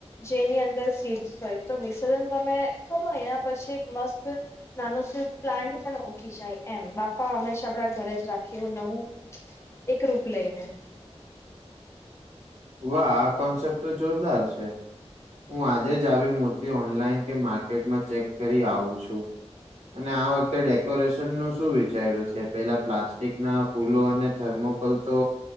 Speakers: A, on the left (about 25°); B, on the right (about 75°).
A: જેની અંદર સી હોય તો વિસર્જન તમે કરો એના પછી એક મસ્ત નાનું શ પ્લાન્ટ પણ ઓકીી જાય એમ બાપા હંમેશા આપડા ઘરે જ રાખીએ એવું નવું. એક રૂપ લઈને
B: વાહ આ કોન્સેપ્ટ તો જોરદાર છે. હું આજે જ આવી મૂર્તિ ઓનલાઈન કે માર્કેટમાં ચેક કરી આવું છું. અને આ વખતે ડેકોરેશન નું શું વિચાર્યું છે પેલા પ્લાસ્ટિક ના ફૂલો અને થર્મોકોલ તો